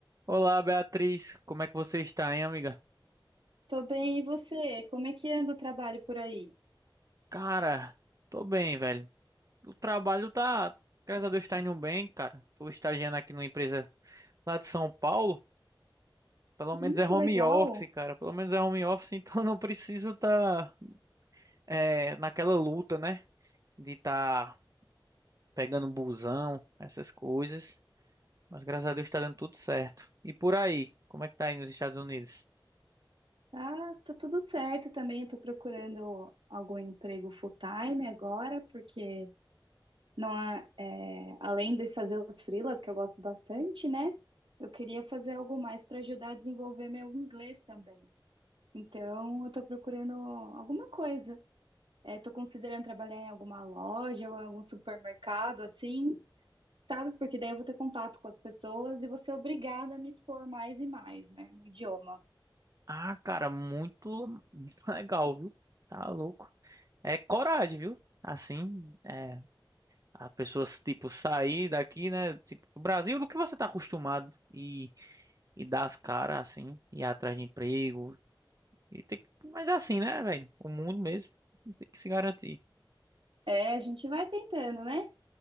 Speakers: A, on the right; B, on the right.
A: Olá, Beatriz. Como é que você está, hein, amiga?
B: Tô bem, e você? Como é que anda o trabalho por aí?
A: Cara, tô bem, velho. O trabalho tá, graças a Deus, tá indo bem, cara. Tô estagiando aqui numa empresa lá de São Paulo. Pelo menos
B: Hum,
A: é
B: que
A: home
B: legal!
A: office, cara. Pelo menos é home office, <laughs> então não preciso tá, é, naquela luta, né? De tá pegando busão, essas coisas. Mas graças a Deus tá dando tudo certo. E por aí, como é que tá aí nos Estados Unidos?
B: Ah, tá tudo certo também. Eu tô procurando algum emprego full-time agora, porque não há, é, além de fazer os freelas, que eu gosto bastante, né? Eu queria fazer algo mais para ajudar a desenvolver meu inglês também. Então, eu tô procurando alguma coisa. É, tô considerando trabalhar em alguma loja ou em algum supermercado, assim, sabe? Porque daí eu vou ter contato com as pessoas e vou ser obrigada a me expor mais e mais, né, no idioma.
A: Ah, cara, muito <laughs> legal, viu? Tá louco. É coragem, viu? Assim, é, a pessoa, tipo, sair daqui, né? Tipo, do Brasil, do que você tá acostumado e, e dar as caras, assim, ir atrás de emprego. E tem que, mas é assim, né, velho? O mundo mesmo tem que se garantir.
B: É, a gente vai tentando, né?